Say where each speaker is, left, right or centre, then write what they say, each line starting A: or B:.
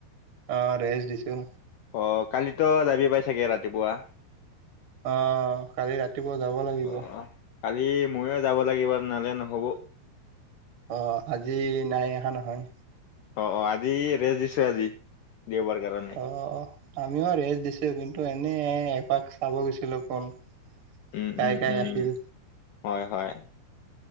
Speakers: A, on the right; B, on the left.
A: অ, ৰেষ্ট দিছো।
B: অ, কালিতো যাবি পাই চাগে? ৰাতিপুৱা।
A: আহ, কালি ৰাতিপুৱা যাব লাগিব।
B: অ কালি ময়ো যাব লাগিব নহলে নহব।
A: অ, আজি নাই অহা নহয়।
B: অ, অ আজি ৰেষ্ট দিছো আজি। দেওবাৰ কাৰণে
A: অ, আমিও ৰেষ্ট দিছো কিন্তু এনে এপাক চাব গৈছিলো কোন
B: উম,
A: কাই
B: উম,
A: কাই
B: উম,
A: আহিল
B: উ, হয়- হয়